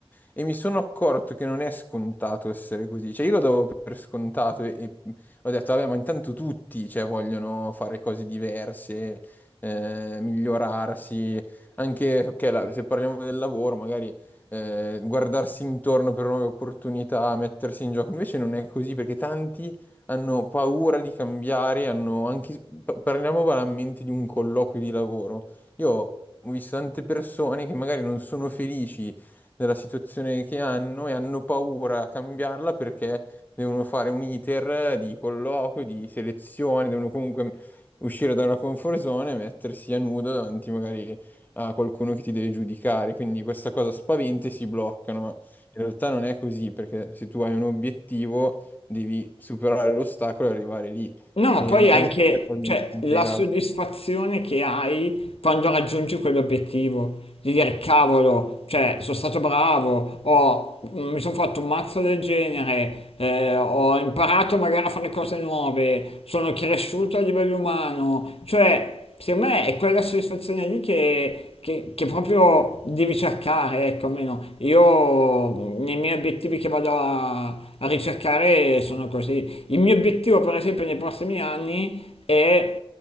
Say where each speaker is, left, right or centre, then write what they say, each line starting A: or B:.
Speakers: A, on the left; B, on the left.
A: E mi sono accorto che non è scontato essere così, cioè io lo davo per scontato e, e ho detto, vabbè, ma intanto tutti, cioè, vogliono fare cose diverse, eh, migliorarsi, anche, ok, la- se parliamo del lavoro, magari... eh, guardarsi intorno per nuove opportunità, mettersi in gioco, invece non è così perché tanti hanno paura di cambiare, hanno anche, pa- parliamo banalmente di un colloquio di lavoro. Io ho visto tante persone che magari non sono felici della situazione che hanno e hanno paura a cambiarla perché devono fare un iter di colloquio, di selezione, devono comunque uscire dalla comfort zone e mettersi a nudo davanti magari a qualcuno che ti deve giudicare. Quindi questa cosa spaventa e si bloccano, ma in realtà non è così, perché se tu hai un obiettivo devi superare l'ostacolo e arrivare lì.
B: No, ma
A: E
B: poi
A: anche
B: anche,
A: a me sta cosa
B: cioè,
A: mi sta integrata.
B: la soddisfazione che hai quando raggiungi quell'obiettivo, di dire cavolo, cioè, sono stato bravo, ho- mm, mi sono fatto un mazzo del genere, eh, ho imparato magari a fare cose nuove, sono cresciuto a livello umano, cioè, secondo me è quella soddisfazione lì che che, che proprio devi cercare, ecco, almeno io mh, nei miei obiettivi che vado a, a ricercare sono così. Il mio obiettivo, per esempio, nei prossimi anni è